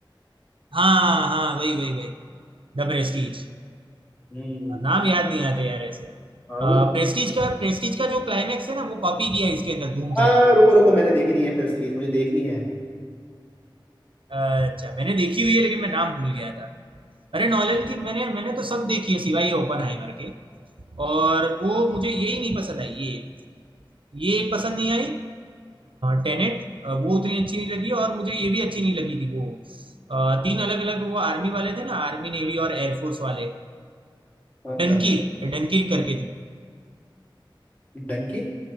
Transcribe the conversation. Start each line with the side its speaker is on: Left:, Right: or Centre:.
Right: हाँ हाँ वही वही वही The Prestige
Left: हम्म
Right: नाम याद नहीं आते यार ऐसे
Left: हाँ वो
Right: प्रेस्टीज का प्रेस्टीज का जो क्लाइमैक्स है ना वो कॉपी किया इसके अंदर धूम
Left: आ,
Right: थ्री में
Left: रुको रुको मैंने देखी नहीं है प्रेस्टीज मुझे देखनी है
Right: अच्छा मैंने देखी हुई है लेकिन मैं नाम भूल गया था अरे नॉलन की मैंने मैंने तो सब देखी है सिवाय ये ओपनहाइमर के और वो मुझे यही नहीं पसंद आई ये ये पसंद नहीं आई टेनेट वो उतनी अच्छी नहीं लगी और मुझे ये भी अच्छी नहीं लगी थी वो अ, तीन अलग अलग वो आर्मी वाले थे ना आर्मी नेवी और एयरफोर्स वाले
Left: कौन
Right: डनकीर्क
Left: सा
Right: डनकीर्क करके थी
Left: डंकी